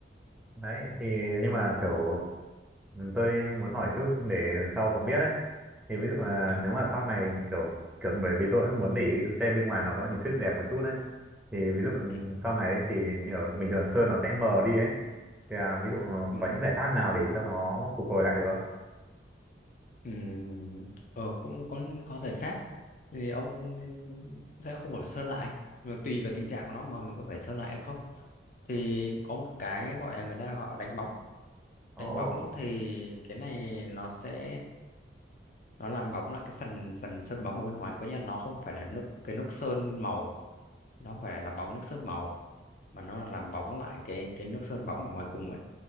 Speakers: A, in the centre; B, on the left.
A: đấy thì nhưng mà kiểu tôi muốn hỏi chút để sau còn biết ấy. Thì ví dụ là
B: À,
A: nếu mà sau này kiểu kiểu bởi vì tôi cũng muốn để ý xe bên ngoài nó có hình thức đẹp một chút đấy. Thì ví dụ
B: ừ.
A: sau này ấy, thì như ở bình thường sơn nó sẽ mờ đi ấy Thì à, ví dụ ờ,
B: Ừ.
A: có những giải pháp nào để cho nó phục hồi lại được không?
B: Ừ. Ờ, cũng có có giải pháp thì ông sẽ không phải sơn lại mà tùy vào tình trạng của nó mà mình có phải sơn lại hay không thì có một cái gọi là người ta gọi đánh bóng
A: Ồ,
B: đánh bóng thì cái này nó sẽ nó làm bóng lại cái phần phần sơn bóng ở bên ngoài có nghĩa là nó không phải là nước cái nước sơn màu nó không phải là làm bóng nước sơn màu mà nó là làm bóng lại cái cái nước sơn bóng ở ngoài cùng ấy